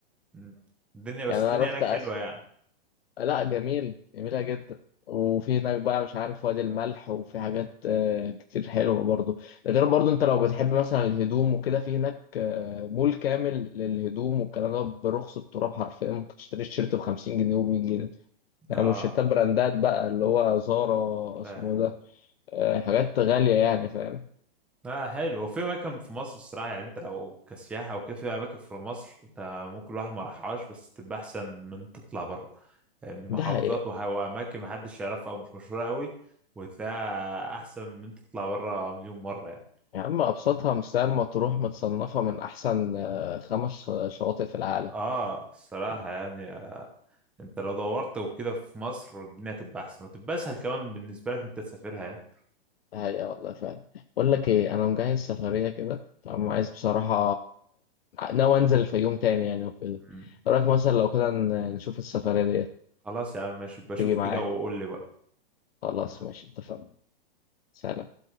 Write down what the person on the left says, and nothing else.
يعني أنا
رحت
آسيا
لا جميل جميلة جدا وفي هناك بقى مش عارف وادي الملح وفي حاجات آه، كتير حلوة برضو ده غير برضو انت لو بتحب مثلا الهدوم وكده في هناك آه، مول كامل للهدوم والكلام ده برخص التراب حرفيا ممكن تشتري تيشيرت ب 50 جنيه و100 جنيه يعني
مش تيشيرتات براندات بقى اللي هو زارا
اسمه ده آه، حاجات غالية يعني فاهم
ده حقيقة
يا عم أبسطها مثال مطروح متصنفة من أحسن آه، خمس شواطئ في العالم
هاي آه، والله فعلا بقول لك ايه انا مجهز سفريه كده فانا عايز بصراحه ناوي انزل الفيوم تاني يعني وكده
إيه رايك مثلا لو كده ن- نشوف السفريه ديت
تيجي معايا
خلاص ماشي اتفقنا سلام